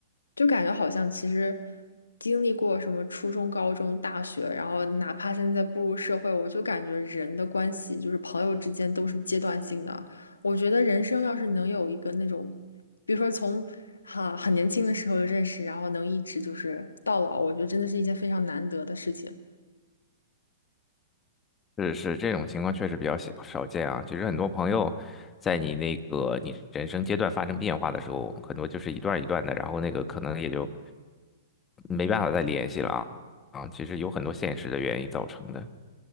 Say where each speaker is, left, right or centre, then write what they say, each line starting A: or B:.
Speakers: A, on the left; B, on the left.
A: 就感觉好像其实经历过什么初中、高中、大学，然后哪怕现在步入社会，我就感觉人的关系就是朋友之间都是阶段性的。我觉得人生要是能有一个那种，比如说从哈很年轻的时候就认识，然后能一直就是到老，我觉得真的是一件非常难得的事情。
B: 是是，这种情况确实比较少少见啊。其实很多朋友在你那个你人生阶段发生变化的时候，很多就是一段一段的，然后那个可能也就没办法再联系了啊啊。其实有很多现实的原因造成的。